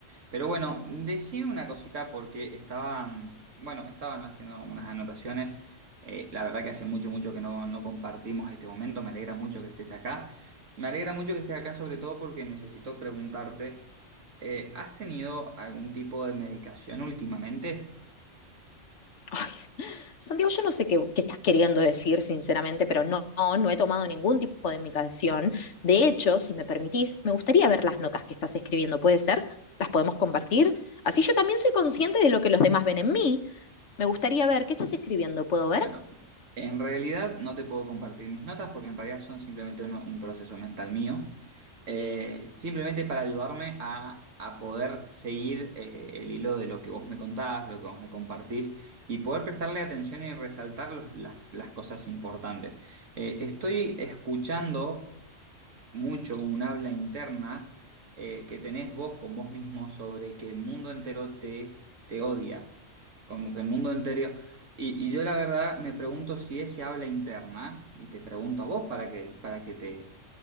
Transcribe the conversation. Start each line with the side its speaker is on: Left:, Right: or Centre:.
Right: Pero bueno, decime una cosita porque estaban, bueno, estaban haciendo unas anotaciones. Eh, la verdad que hace mucho, mucho que no, no compartimos este momento. Me alegra mucho que estés acá. Me alegra mucho que estés acá sobre todo porque necesito preguntarte, eh, ¿has tenido algún tipo de medicación últimamente?
Left: Ay, Santiago, yo no sé qué, qué estás queriendo decir, sinceramente, pero no, no, no he tomado ningún tipo de medicación. De hecho, si me permitís, me gustaría ver las notas que estás escribiendo. ¿Puede ser? ¿Las podemos compartir? Así yo también soy consciente de lo que los demás ven en mí. Me gustaría ver qué estás escribiendo. ¿Puedo ver?
Right: Bueno, en realidad no te puedo compartir mis notas porque en realidad son simplemente uno- un proceso mental mío. Eh, simplemente para ayudarme a, a poder seguir eh, el hilo de lo que vos me contás, de lo que vos me compartís y poder prestarle atención y resaltar los- las, las cosas importantes. Eh, estoy escuchando mucho un habla interna eh, que tenés vos con vos mismo sobre que el mundo entero te, te odia, como que el mundo entero... Y, y yo la verdad me pregunto si ese habla interna, y te pregunto a vos para que, para que te